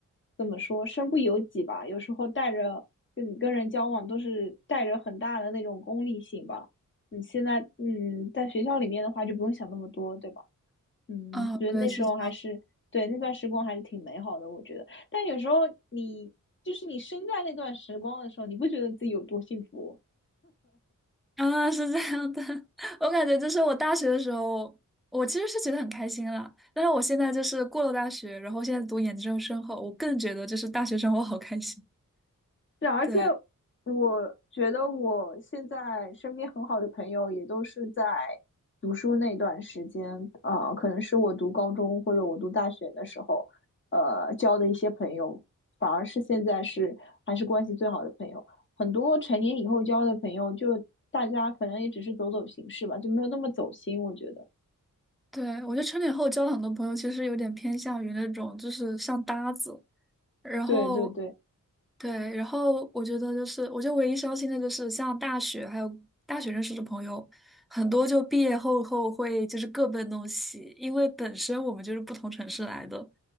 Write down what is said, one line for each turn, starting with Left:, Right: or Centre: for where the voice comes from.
Left: 怎么说，身不由己吧，有时候带着跟你跟人交往都是带着很大的那种功利性吧。你现在嗯，在学校里面的话就不用想那么多，对吧？嗯，
Centre: 啊，
Left: 觉得那时候还是对那段时光还是挺美好的，
Centre: 对，是这样。
Left: 我觉得。但有时候你就是你身在那段时光的时候，你不觉得自己有多幸福？
Centre: 啊，是这样的，<laughs> 我感觉就是我大学的时候，我其实是觉得很开心啦。但是我现在就是过了大学，然后现在读研究生后，我更觉得就是大学生活好开心。
Left: 是，而且
Centre: 对，
Left: 我觉得我现在身边很好的朋友也都是在读书那段时间，呃，可能是我读高中或者我读大学的时候，呃，交的一些朋友，反而是现在是还是关系最好的朋友。很多成年以后交的朋友，就大家可能也只是走走形式吧，就没有那么走心，我觉得。
Centre: 对，我觉得成年后交了很多朋友，其实有点偏向于那种就是像搭子，然后
Left: 对对对，
Centre: 对，然后我觉得就是，我觉得唯一伤心的就是像大学还有大学认识的朋友，很多就毕业后后会就是各奔东西，因为本身我们就是不同城市来的，